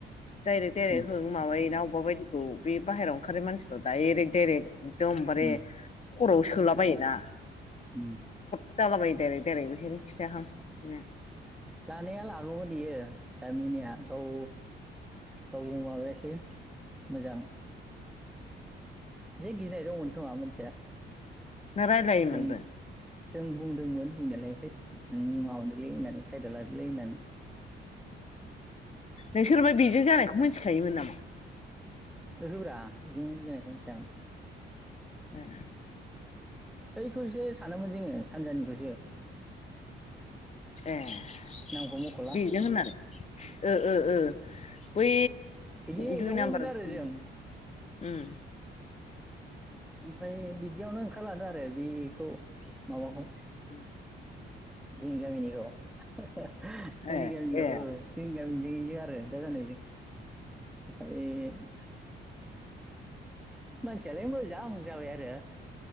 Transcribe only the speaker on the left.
डाइरेक्ट डाइरेक्ट
हो माबायो ना अबेबा बायदिखौ बे बाहेरायाव ओंखारि मानसि दयरेक्ट दइरेक्ट एकदमबारे
खर'आव सोला बायोना
जाला बायो देरै देरै बेखनो खिथायाहां बिनो
नों रायजलायोमोनबो?
नोंसोरबो बेजों जानायखौ मिथिखायोमोन नामा?
ए
ए बेजों
होननानै ओ ओ बै
दुइ
नाम्बार-
उम
औ
ए
ए